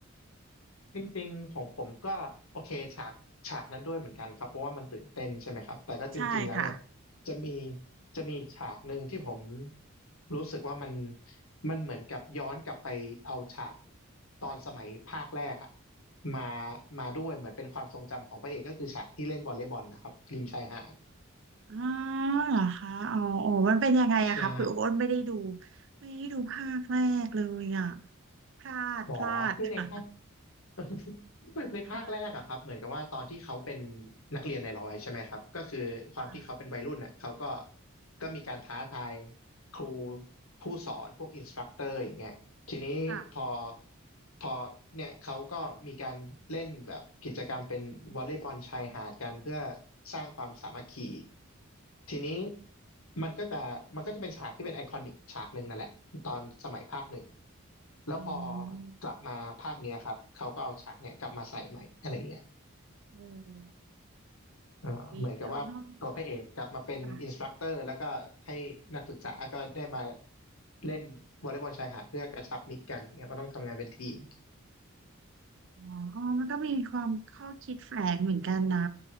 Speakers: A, on the left (about 80°); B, on the right (about 55°).
A: จริงๆของผมก็โอเคฉากฉากนั้นด้วยเหมือนกันครับเพราะว่ามันตื่นเต้นใช่ไหมครับแต่ก็จริงๆแล้วเนี่ย
B: ใช่ค่ะ
A: จะมีจะมีฉากหนึ่งที่ผมรู้สึกว่ามันมันเหมือนกับย้อนกลับไปเอาฉากตอนสมัยภาคแรกอะมามาด้วยเหมือนเป็นความทรงจำของพระเอกก็คือฉากที่เล่นวอลเลย์บอลนะครับริมชายหาด
B: อ๋อเหรอคะอ๋ออ๋อมันเป็นยังไงอะคะคือโอ้นไม่ได้ดู
A: ใช่
B: ไม่ได้ดูภาคแรกเลยอะพลาดพลาดค่ะ
A: อ๋อคือในภา <laughs> ในภาคแรกอะครับเหมือนกับว่าตอนที่เขาเป็น
B: ค่ะ
A: นักเรียนในร้อยใช่ไหมครับก็คือความที่เขาเป็นวัยรุ่นน่ะเขาก็
B: ค่ะ
A: ก็มีการท้าทายครูผู้สอนพวกอินสตรัคเตอร์อย่างเงี้ยทีนี้พอ
B: ค่ะ
A: พอเนี่ยเขาก็มีการเล่นแบบกิจกรรมเป็นวอลเลย์บอลชายหาดกันเพื่อสร้างความสามัคคีทีนี้มันก็จะมันก็จะเป็นฉากที่เป็นไอคอนิกฉากหนึ่งนั่นแหละตอนสมัยภาคหนึ่ง แล้วพอ
B: อืม
A: กลับมาภาคเนี้ยครับเขาก็เอาฉากเนี่ยกลับมาใส่ใหม่อะไรเงี้ย
B: โอ
A: เออเหมือนกับว่าตัวพระเอกกลับมาเป็นอินสตรัคเตอร์แล้วก็ให้นักศึกษาก็ได้มา
B: ้ยแล้วเนอะค่ะ
A: เล่นวอลเลย์บอลชายหาดเพื่อกระชับมิตรกันเนี่ยมันต้องทำงานเป็นทีม
B: อ๋อมันก็มีความข้อคิดแฝงเหมือนกันนะ